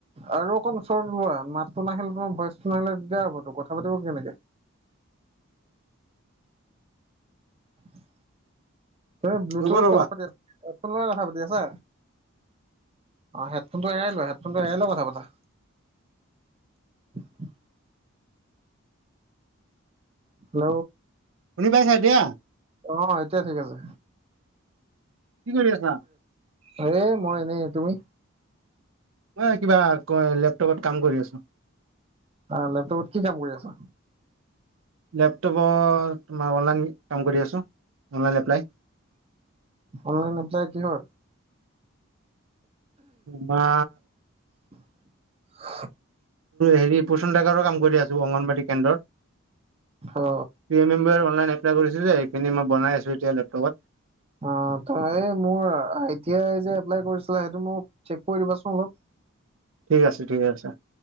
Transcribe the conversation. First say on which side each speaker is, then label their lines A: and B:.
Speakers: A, on the right; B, on the right.
A: আৰু অকণ ওচৰতোলোৱা। মাতটো নাখিলে তোমাৰ ভইচটো নাহিলে, তেতিয়া হ'ব তো কথা পাতিব কেনেকে। <unintelligible> এই ব্লুটুথত
B: ৰ'বা ৰ'বা
A: কথা পাতি আছা, হেডফোঁত কথা পাতি আছো। অ হেডফোনটো এৰাই লোৱা, হেডফোনটো এৰাই লোৱা কথা পতা। <unintelligible> হেল্ল'।
B: শুনি পাইছা দিয়া।
A: অ এতিয়া ঠিক আছে।
B: কি কৰি আছা?
A: হে মই এনেই তুমি
B: মই কিবা লেপটপত কাম কৰি আছো।
A: অ, লেপটপত কি কাম কৰি আছো?
B: লেপটপৰ তোমাৰ অনলাইন কাম কৰি আছো। অনলাইন এপ্লাই
A: অনলাইন এপ্লাই কিহৰ?
B: বা
A: <unintelligible>
B: হেৰি পচন্দাটেকাৰোৰ কাম কৰি আছো, অংগনবাদী কেন্দ্ৰৰ।
A: অ
B: <unintelligible> অলন এপ্লাই কৰিছো যে এইখিনি মই বনাই আছো এতিয়া লেপটপত।
A: অ তই মোৰ আই টি আই যে এপ্লাই কৰিছিল, সেইটো মোক চেক কৰি দিবাচোন অলপ।
B: ঠিক আছে, ঠিক আছে।